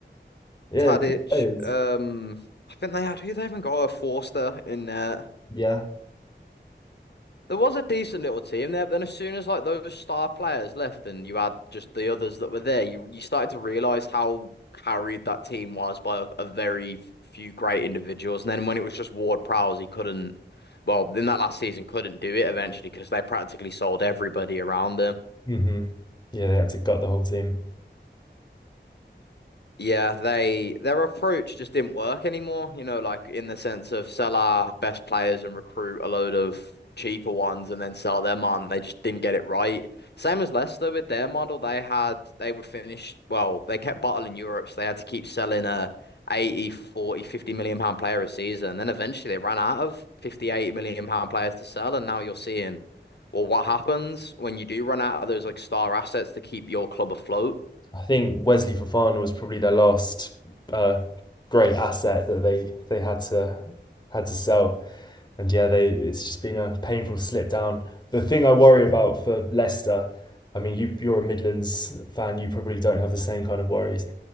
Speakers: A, on the left; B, on the left.
A: Yeah,
B: Tadic.
A: good players.
B: Um, I think they had who they even got a Forster in there.
A: Yeah.
B: There was a decent little team there, but then as soon as like those star players left and you had just the others that were there, you you started to realize how carried that team was by a, a very few great individuals. And then when it was just Ward-Prowse, he couldn't, well, in that last season, couldn't do it eventually because they practically sold everybody around them.
A: hmm Yeah, they had to gut the whole team.
B: Yeah, they their approach just didn't work anymore, you know, like in the sense of sell our best players and recruit a load of cheaper ones and then sell them on. They just didn't get it right. Same as Leicester with their model, they had they would finish well, they kept bottling Europe, so they had to keep selling a eighty, forty, fifty million pound player a season. Then eventually they ran out of 50, 80 million pound players to sell, and now you're seeing, well, what happens when you do run out of those like star assets to keep your club afloat?
A: I think Wesley Fofana was probably their last uh, great asset that they they had to had to sell. And yeah, they it's just been a painful slip down. The thing I worry about for Leicester, I mean, you you're a Midlands fan, you probably don't have the same kind of worries.